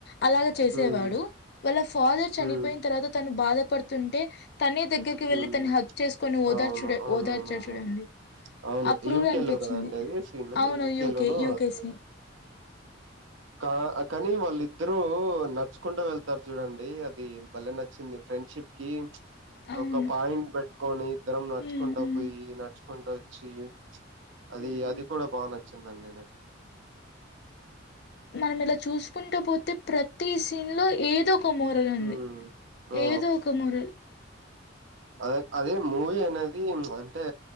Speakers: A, on the left; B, on the right.
A: అలాగ చేసేవాడు
B: హ్మ్. హ్మ్.
A: వాళ్ళ ఫాదర్ చనిపోయిన్
B: హ్మ్.
A: తర్వాత తను బాధపడుతుంటే తనే దగ్గరికి
B: హ్మ్.
A: వెళ్ళి తని హగ్ చేసుకొని ఓదార్చూడ్
B: అవును అవునవునవునవును
A: ఓదార్చారు చూడండి
B: అవును
A: అప్పుడు
B: యూకే
A: కూడా అనిపిచింది
B: లో కదండి అది సీన్
A: అవును యూకే
B: లోనో
A: యూకేసి
B: అది. కా కానీ వాళ్ళిద్దరు నడుచుకుంట వెళ్తారు జూడండి అది భలే నచ్చింది ఫ్రెండ్షిప్ కి
A: అవును
B: ఒక పాయింట్ పెట్టుకొని ఇద్దరం నడుచ్చుకుంట
A: హ్మ్ హ్మ్
B: పోయి నడుచ్చుకుంటూ వచ్చి అది
A: హ్మ్
B: అది కూడా బాగా నచ్చిందండి నా
A: మనం ఇలా చూసుకుంటా పోతే ప్రతి సీన్లో ఏదో ఒక మోరలు ఉంది
B: ఉమ్ ఆ
A: ఏదో ఒక మురలు
B: అద అదే మూవీ అనేది అంటే